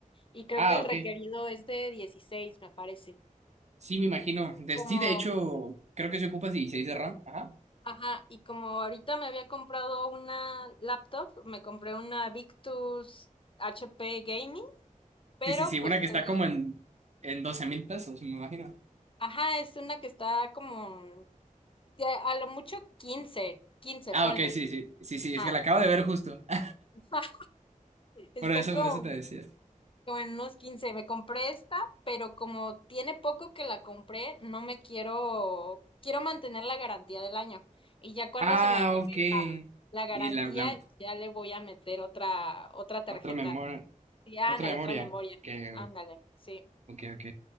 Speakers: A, on the left; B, on the right.
A: Y creo
B: Ah,
A: que el
B: ok.
A: requerido es de dieciséis me parece.
B: Sí, me imagino.
A: Y
B: De,
A: como,
B: sí, de hecho, creo que se ocupa 16 de RAM. Ajá.
A: ajá, y como ahorita me había comprado una laptop, me compré una Victus HP Gaming, pero
B: Sí, sí, sí,
A: pues
B: una que
A: te
B: está
A: digo,
B: como en, en doce mil pesos, me imagino.
A: ajá, es una que está como de a lo mucho quince 15
B: Ah,
A: ponle.
B: ok, sí, sí, sí, sí,
A: Ah,
B: es que la acabo de ver justo. <laughs>
A: <laughs> está
B: Por eso,
A: como
B: por eso te decía.
A: como en unos 15. Me compré esta, pero como tiene poco que la compré, no me quiero, quiero mantener la garantía del año. Y ya cuando
B: Ah,
A: se me acabe
B: ok.
A: la, la garantía,
B: Y la, la
A: ya le voy a meter otra, otra tarjeta.
B: otra memoria,
A: Sí, ándale,
B: otra memoria.
A: otra memoria.
B: Que,
A: Ándale, sí.
B: ok, ok.